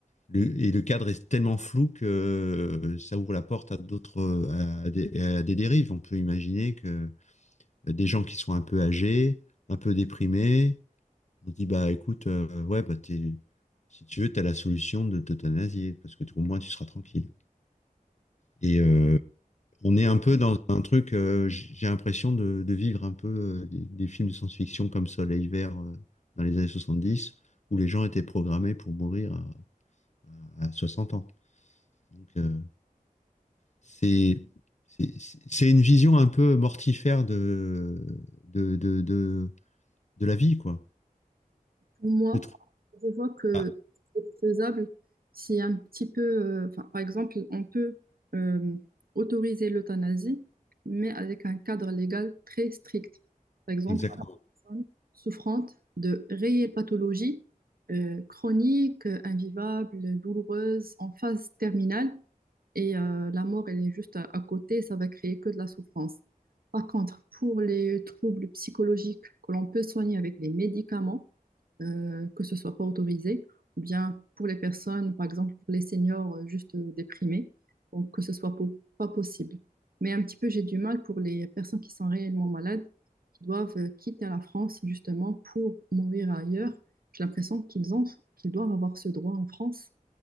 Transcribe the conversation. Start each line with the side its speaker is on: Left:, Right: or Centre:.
Left: Le- et le cadre est tellement flou que euh, ça ouvre la porte à d'autres, euh, à des, à des dérives. On peut imaginer que euh, des gens qui sont un peu âgés, un peu déprimés, on dit, bah écoute, euh, ouais, bah t'es, si tu veux, t'as la solution de t'euthanasier, parce que au moins tu seras tranquille. Et euh, on est un peu dans un truc, euh, j- j'ai l'impression de, de vivre un peu euh, des, des films de science-fiction comme Soleil Vert euh, dans les années 70, où les gens étaient programmés pour mourir à, à- à 60 ans. Donc, euh, c'est c'est- c'est- une vision un peu mortifère de, de, de, de, de la vie, quoi.
Right: Pour moi,
Left: Je trouve.
Right: je vois que
Left: Ah,
Right: c'est faisable si un petit peu, euh, enfin, par exemple, on peut euh, autoriser l'euthanasie, mais avec un cadre légal très strict. Par exemple,
Left: exactement.
Right: une personne souffrante de réelles pathologies euh, chroniques, euh, invivables, douloureuses, en phase terminale, et euh, la mort, elle est juste à, à côté, ça va créer que de la souffrance. Par contre, pour les troubles psychologiques que l'on peut soigner avec les médicaments, euh, que ce soit pas autorisé, ou bien pour les personnes, par exemple pour les seniors euh, juste euh, déprimés, donc que ce soit po- pas possible. Mais un petit peu, j'ai du mal pour les personnes qui sont réellement malades, qui doivent euh, quitter la France justement pour mourir ailleurs. J'ai l'impression qu'ils ont, qu'ils doivent avoir ce droit en France